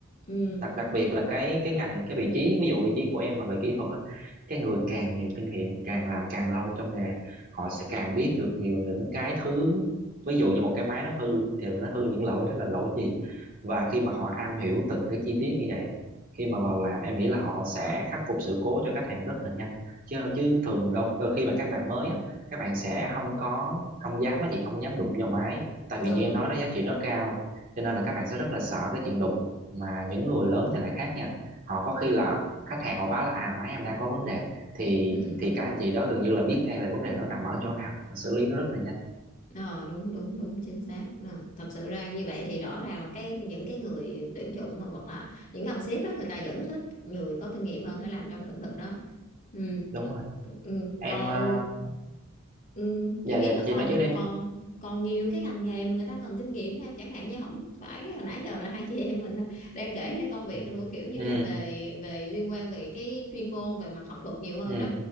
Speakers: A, on the left; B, on the right.
A: ừ
B: đặc đặc biệt là cái cái ngành cái vị trí ví dụ vị trí của em mà về kỹ thuật á cái người càng nhiều kinh nghiệm càng làm càng lâu trong nghề họ sẽ càng biết được nhiều những cái thứ ví dụ như một cái máy nó hư thì nó hư những lỗi đó là lỗi gì và khi mà họ am hiểu từng cái chi tiết như vậy á khi mà vào làm em nghĩ là họ sẽ khắc phục sự cố cho khách hàng rất là nhanh chứ chứ thường đôi, đôi khi mà các bạn mới á các bạn sẽ không có không dám á chị không dám đụng vào máy tại
A: đúng
B: vì như em nói đó giá trị nó cao cho nên là các bạn sẽ rất là sợ cái chuyện đụng mà những người lớn thì lại khác nha họ có khi là khách hàng họ báo là à máy em đang có vấn đề thì
A: ừ
B: thì các anh chị đó gần như là biết ngay là vấn đề đó nằm ở chỗ nào và xử lý nó rất là nhanh
A: Ờ, đúng đúng đúng chính xác Ờ, thật sự ra như vậy thì rõ ràng là cái những cái người tuyển dụng hoặc là những ông sếp đó người ta vẫn thích người có kinh nghiệm hơn để làm trong lĩnh vực đó ừ,
B: đúng rồi
A: ừ,
B: em
A: còn
B: ờ,
A: ừ,
B: dạ
A: chị nghĩ
B: dạ
A: là còn
B: chị nói trước đi
A: còn còn nhiều cái ngành nghề mà người ta cần kinh nghiệm đó em. chẳng hạn như không phải hồi nãy giờ là hai chị em mình ờ, đang kể những công việc
B: ừ
A: luôn kiểu như
B: ừ
A: là về về liên quan về cái chuyên môn về mặt học thuật nhiều hơn
B: ừ
A: đó